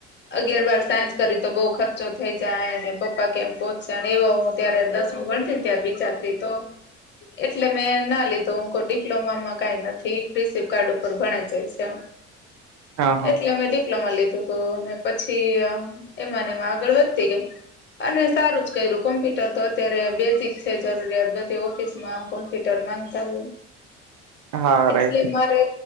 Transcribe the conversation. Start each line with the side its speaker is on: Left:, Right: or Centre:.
Left: અગિયાર બાર સાયન્સ કરી તો બહ ખર્ચો થઈ જાય પપ્પા કેમ પોહચાડે એવો હું ત્યારે દસમું ભણતી ને ત્યારે વિચારતી તો એટલે મેં ના લીધું હું કો ડિપ્લોમામાં કાઈ નથી. ફ્રી સીપ કાર્ડ ઉપર ભણાઈ જાય છે.
Right: હા હા
Left: એટલે મેં ડિપ્લોમા લીધી તો તો ને પછી એમાંનેમાં આગળ વધતી ગઈ અને સારું જ કર્યું કોમ્પ્યુટર તો અત્યારે બેઝિક છે જરૂરિયાત બધી ઓફિસમાં કોમ્પ્યુટર માંગતા હોય
Right: હા રાઈટ
Left: એટલે મારે